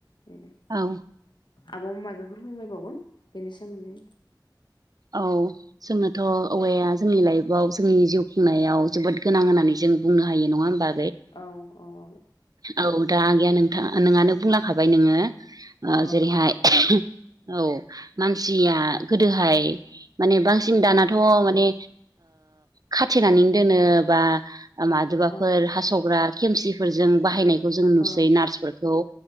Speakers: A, on the left; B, on the right.
A: बेनो
B: औ
A: आबवा माबाफोर फोरमायबावगोन बेनि सोमोन्दै
B: औ जोंनोथ' औवाया जोंनि लाइफआव जोंनि जिउ खुंनायाव जोबोद गोनां होननानै जों बुंनो हायो नङा होमबा
A: औ औ आब'
B: औ दा आगैया नोंथां नोंङानो बुंलांखाबाय नोङो
A: औ
B: जेरैहाय औ मानसिया गोदोहाय माने बांसिन
A: औ
B: दानाथ' माने खाथेनानै दोनो बा मादबाफोर
A: औ
B: हास'ग्रा खेमसिफोरजों बाहायनाय खौ नुसै
A: औ
B: नारसफोरखौ